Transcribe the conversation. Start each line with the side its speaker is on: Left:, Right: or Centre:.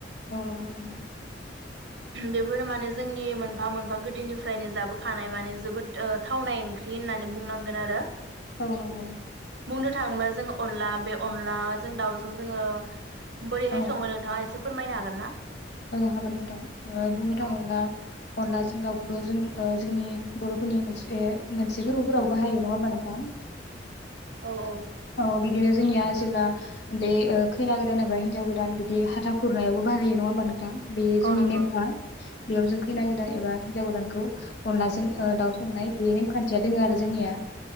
Left: औ नंगौ नोंथां।
Right: बेफोर माने जोंनि मोनफा -मोनफा गोदोनिफ्रायनो जाबोखानाय माने जोबोद ओह थावनाय ओंख्रि होननानै बुंनांगोन आरो।
Left: औ नंगौ।
Right: बुंनो थाङोब्ला जों अनला बे अनला जों दाउजों जोङो बोरैहाय
Left: औ
Right: सङो नोंथाङा एसे फोरमायनो हागोन ना?
Left: औ हागोन नोंथां ओह बुंनो थाङोब्ला
Right: औ
Left: अनला जों दाउखौथ' जों ओह जोंनि बरफोरनि मोनसे मोनसे फोरबोफोराव बाहायो नङा होमबा नोंथां
Right: औ
Left: औ <unintelligible> बिदिनो जोंनिया जेब्ला बे ओह खैना गोदान एबा हिनजाव गोदान बिदि हाथा खुरनायावबो बाहायो नङा होमबा नोंथां <unintelligible> बेयो जोंनि
Right: नंगौ
Left: नेमखा बेयाव जों खैना गोदान एबा हिनजाव गोदान बेखौ अनलाजों ओह दाउ संनाय बे नेमखान्थिया दोङो आरो जोंनिया।